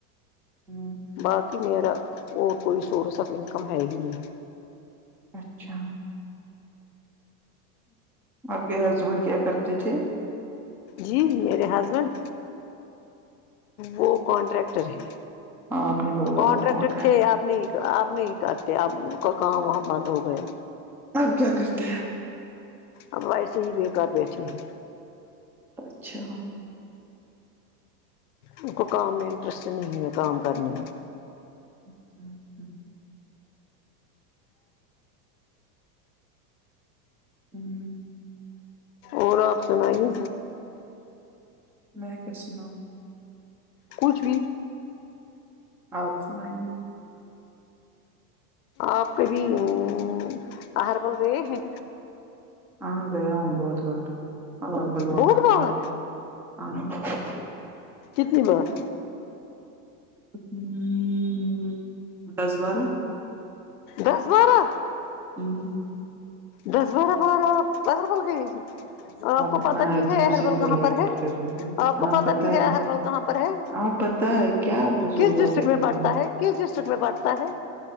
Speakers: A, in the centre; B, on the left (about 65°).
A: ہمم
B: باقی میرا اور کوئی سورس آف انکم ہے ہی نہیں
A: اچھا آپ کے ہسبینڈ کیا کرتے تھے
B: جی میرے ہسبینڈ وہ کانٹریکٹر ہیں
A: ہاں آپ نے بولا
B: کنٹریکٹر
A: تھا کانٹریکٹ
B: تھے اب نہیں اب نہیں کرتے اب ان کا کام وہاں بند ہو گیا
A: آپ کیا کرتے ہیں
B: اب ویسے ہی بیکار بیٹھی ہے
A: اچھا
B: ان کو کام میں انٹرسٹ نہیں ہے کام کرنے میں
A: <unintelligible> آمم
B: اور آپ سنائیے
A: میں کیا سناؤں
B: کچھ بھی
A: آپ سنائیے
B: آپ کبھی آمم ہربل گئے ہیں
A: ہاں گیا ہوں بہت بار <unintelligible>
B: بہت بار کتنی بار
A: ہممم دس بارہ
B: دس بارہ
A: آمم
B: دس بارہ بار آپ ہربل گئی ہیں آپ کو
A: اتنا
B: پتا بھی
A: عجیب
B: ہے ہربل
A: سے کیوں
B: کہاں
A: ریئیکٹ
B: پر ہے
A: کر رہی ہیں
B: آپ کو
A: ہاں
B: پتا
A: پتہ
B: بھی ہے کہاں ہربل پر ہے
A: ہاں پتہ ہے کیا فضول
B: کس
A: باتیں
B: ڈسٹرکٹ
A: کر
B: میں
A: رہی
B: پڑھتا
A: ہیں
B: ہے کس ڈسٹرکٹ میں پڑھتا ہے